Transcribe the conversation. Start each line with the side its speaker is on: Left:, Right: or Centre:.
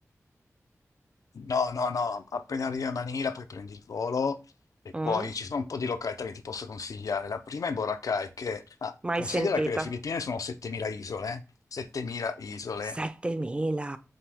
Left: No, no, no, appena arrivi a Manila poi prendi il volo e
Right: Mm?
Left: poi ci sono un po' di località che ti posso consigliare. La prima è Boracay, che ah,
Right: Mai
Left: considera
Right: sentita?
Left: che le Filippine sono 7.000 isole, 7.000 isole.
Right: 7000,